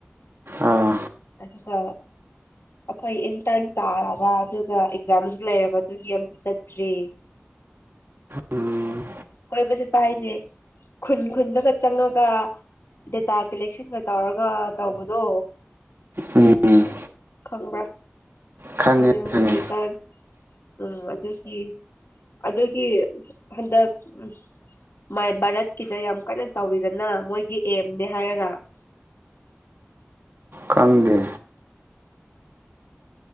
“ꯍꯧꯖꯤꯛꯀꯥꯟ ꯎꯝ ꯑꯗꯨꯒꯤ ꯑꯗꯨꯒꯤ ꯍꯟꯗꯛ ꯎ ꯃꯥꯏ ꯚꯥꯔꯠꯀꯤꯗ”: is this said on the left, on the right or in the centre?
Left